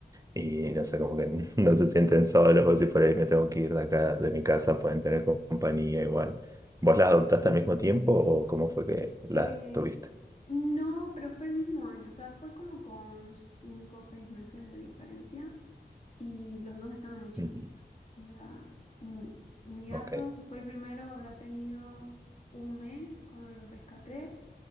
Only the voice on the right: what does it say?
Y no sé, como que <laughs> no se sienten solos, o si por ahí me tengo que ir de acá, de mi casa, pueden tener co- compañía igual. ¿Vos las adoptaste
al mismo tiempo o
cómo fue que las
tuviste?
Ujú,
Ok,